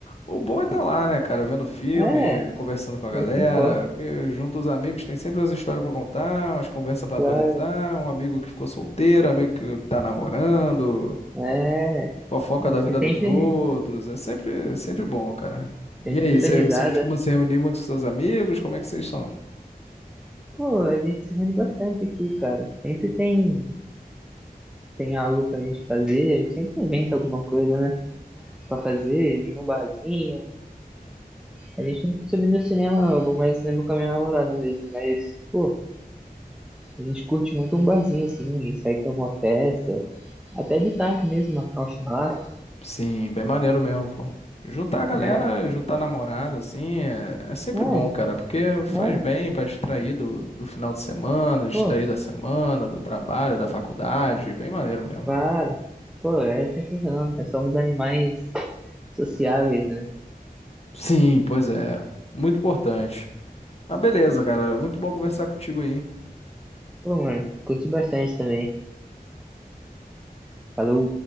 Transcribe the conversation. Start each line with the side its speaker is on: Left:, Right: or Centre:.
Left: o bom é estar lá, né, cara, vendo filme,
Centre: É, é
Left: conversando com a galera,
Centre: isso que importa,
Left: porque junto os amigos tem sempre as histórias pra contar, umas conversas pra
Centre: claro.
Left: atualizar, um amigo que ficou solteiro, um amigo que tá namorando.
Centre: É,
Left: Fofoca
Centre: é
Left: da vida
Centre: que sempre,
Left: dos outros. É sempre, é sempre bom, cara. E
Centre: sempre
Left: aí,
Centre: muita
Left: você
Centre: risada.
Left: você costuma se reunir muito com seus amigos? Como é que vocês são?
Centre: Pô, a gente se reúne bastante aqui, cara. Sempre tem, tem algo pra gente fazer, sempre inventa alguma coisa, né? Pra fazer, ir num barzinho. A gente não costuma ir no cinema, não. Eu vou mais no cinema com a minha namorada mesmo. Mas, pô, a gente curte muito um barzinho assim, e sai pra alguma festa. Até de tarde mesmo, marcar um churrasco,
Left: Sim, bem maneiro mesmo, pô. Juntar a galera,
Centre: né?
Left: juntar namorada, assim, é, é sempre
Centre: É,
Left: bom, cara, porque faz
Centre: é,
Left: bem pra distrair do, do final de semana, distrair
Centre: pô.
Left: da semana, do trabalho, da faculdade, bem maneiro mesmo.
Centre: Claro. Pô, é sensacional. Nós somos animais sociáveis, né?
Left: Sim, pois é, muito importante. Ah, beleza, cara, muito bom conversar contigo aí.
Centre: Pô, mano, curti bastante também. Falou.